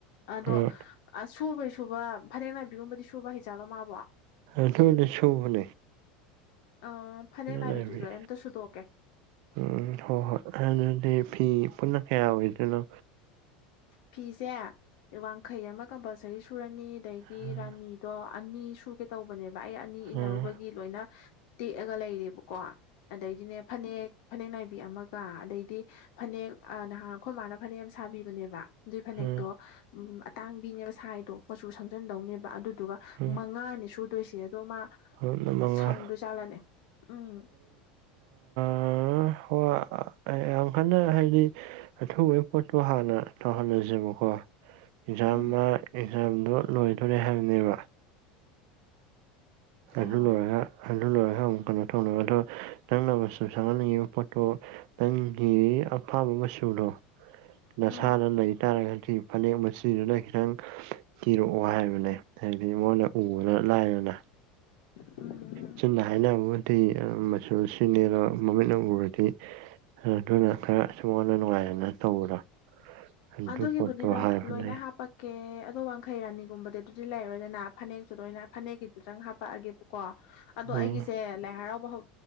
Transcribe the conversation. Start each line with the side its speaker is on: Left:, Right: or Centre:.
Left: ꯑꯗꯣ
Right: ꯎꯝ
Left: ꯁꯨꯕꯩ ꯁꯨꯕ ꯐꯅꯦꯛ ꯅꯥꯏꯕꯤꯒꯨꯝꯕꯗꯤ ꯁꯨꯕ ꯍꯩꯖꯥꯜꯂꯣ ꯃꯥꯕꯣ
Right: ꯑꯇꯣꯗꯤ ꯁꯧ ꯃꯅꯨꯡꯦ
Left: ꯑ ꯐꯅꯦꯛ ꯅꯥꯏꯕꯤꯗꯨꯁꯨ
Right: ꯂꯩꯕꯒꯤ
Left: ꯑꯝꯇ ꯁꯨꯗꯣꯛꯀꯦ
Right: ꯎꯝ ꯍꯣ ꯍꯣꯏ ꯑꯗꯨꯗꯤ ꯐꯤ ꯄꯨꯟꯅ ꯀꯌꯥ ꯑꯣꯏꯗꯨꯅꯣ
Left: ꯐꯤꯁꯦ ꯋꯥꯡꯈꯩ ꯑꯃ ꯀꯝꯄꯜꯁꯔꯤ ꯁꯨꯔꯅꯤ ꯑꯗꯩꯗꯤ
Right: ꯎꯝ
Left: ꯔꯥꯅꯤꯗꯣ ꯑꯅꯤ ꯁꯨꯒꯦ ꯇꯧꯕꯅꯦꯕ ꯑꯩ ꯑꯅꯤ ꯏꯟꯅꯔꯨꯕꯒꯤ
Right: ꯎꯝ
Left: ꯂꯣꯏꯅ ꯇꯦꯛꯑꯒ ꯂꯩꯔꯦꯕꯀꯣ ꯑꯗꯩꯗꯤꯅꯦ ꯐꯅꯦꯛ ꯐꯅꯦꯛ ꯅꯥꯏꯕꯤ ꯑꯃꯒ ꯑꯗꯩꯗꯤ ꯐꯅꯦꯛ ꯅꯍꯥꯟ ꯑꯩꯈꯣꯏ ꯃꯥꯅ ꯐꯅꯦꯛ ꯑꯃ ꯁꯥꯕꯤꯕꯅꯦꯕ ꯑꯗꯨꯏ ꯐꯅꯦꯛꯇꯣ
Right: ꯎꯝ
Left: ꯎ ꯑꯇꯥꯡꯕꯤꯅꯦꯕ ꯁꯥꯏꯗꯣ ꯃꯆꯨ ꯁꯪꯖꯟꯗꯧꯅꯦꯕ ꯑꯗꯨ ꯑꯗꯨꯒ
Right: ꯎꯝ
Left: ꯃꯉꯥꯅꯤ ꯁꯨꯗꯣꯏꯁꯦ ꯑꯗꯣ ꯃꯥ
Right: ꯃꯔꯨꯞꯅ ꯃꯉꯥ
Left: ꯁꯪꯗꯖꯥꯠꯂꯅꯦ ꯎꯝ
Right: ꯑ ꯍꯣ ꯌꯥꯝ ꯀꯟꯅ ꯍꯥꯏꯗꯤ ꯑꯊꯨꯕꯩ ꯄꯣꯠꯇꯣ ꯍꯥꯟꯅ ꯇꯧꯍꯜꯂꯁꯦꯕꯀꯣ ꯑꯦꯛꯖꯥꯝ
Left: ꯎꯝ
Right: ꯑꯦꯛꯖꯥꯝꯗꯣ ꯂꯣꯏꯗꯣꯔꯦ ꯍꯥꯏꯕꯅꯦꯕ
Left: ꯑꯣ
Right: ꯑꯗꯨ ꯂꯣꯢꯔꯥꯒꯥ <inaudible> ꯅꯪꯅ ꯁꯅꯉꯤꯕ ꯄꯣꯇꯣ ꯅꯪꯒꯤ ꯑꯄꯥꯥꯝꯕ ꯃꯆꯨꯗꯣ ꯅꯁꯥꯅ
Left: ꯎꯝ
Right: ꯂꯩꯇꯥꯥꯔꯒꯗꯤ ꯐꯅꯦꯛ ꯃꯁꯤꯗꯨꯅ ꯈꯤꯇꯪ ꯊꯤꯔꯛꯑꯣ ꯍꯥꯏꯕꯅꯦ ꯑꯗꯤ ꯃꯉꯣꯟꯅ ꯎꯕꯅ ꯂꯥꯏꯔꯦꯅ
Left: ꯎꯝ
Right: ꯆꯨꯝꯅ ꯍꯥꯏꯅ ꯑ ꯃꯆꯨ ꯁꯤꯅꯦ ꯃꯃꯤꯠꯅ ꯎꯔꯗꯤ ꯑꯗꯨꯅ ꯈꯔ ꯁꯨꯝ ꯑꯩꯉꯣꯟꯗ ꯅꯨꯡꯉꯥꯏꯅ ꯇꯧꯕꯗꯣ ꯑꯗꯨ
Left: ꯑꯗꯨꯒꯤꯕꯨꯗꯤ
Right: ꯄꯣꯠꯇꯣ
Left: ꯂꯣꯏ
Right: ꯍꯥꯏꯕꯅꯦ
Left: ꯂꯣꯏꯅ ꯍꯥꯞꯄꯛꯀꯦ ꯑꯗꯣ ꯋꯥꯡꯈꯩ ꯔꯥꯅꯤꯒꯨꯝꯕꯗꯤ ꯑꯗꯨꯗꯤ ꯂꯩꯂꯔꯣꯏꯗꯅ ꯐꯅꯦꯛꯁꯨ ꯂꯣꯏꯅ ꯐꯅꯦꯛꯀꯤꯗꯨꯗꯪ ꯍꯥꯞꯄꯛꯑꯒꯦꯕꯀꯣ ꯑꯗꯣ
Right: ꯎꯝ
Left: ꯑꯩꯒꯤꯁꯦ ꯂꯥꯏ ꯍꯔꯥꯎꯕ ꯍꯧ